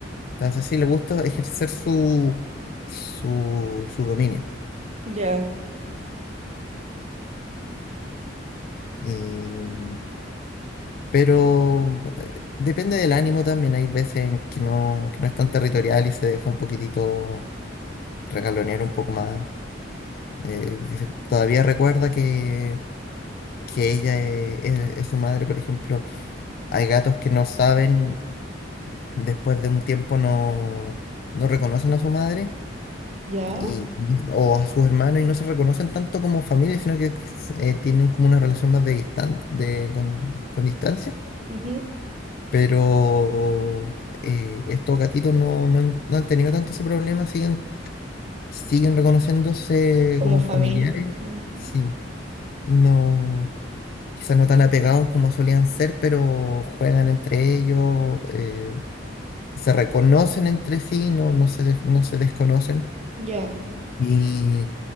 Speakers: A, on the left; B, on the right.
A: entonces, sí, le gusta ejercer su, su, su dominio.
B: ya,
A: Y- pero eh, depende del ánimo también. Hay veces en que no, que no es tan territorial y se deja un poquitito regalonear un poco más. eh, que se- todavía recuerda que, que ella eh, es, es su madre, por ejemplo. Hay gatos que no saben, después de un tiempo no, no reconocen a su madre
B: ya.
A: y, o a sus hermanos y no se reconocen tanto como familia, sino que eh, tienen como una relación más de distan de, con, con distancia.
B: Ujú,
A: Pero eh, estos gatitos no, no han, no han tenido tanto ese problema, siguen, siguen reconociéndose
B: Como
A: como
B: familia.
A: familiares.
B: Ujú,
A: Sí, no. quizás no tan apegados como solían ser, pero juegan entre ellos, eh, se reconocen entre sí, no, no se, des- no se desconocen.
B: Ya.
A: Y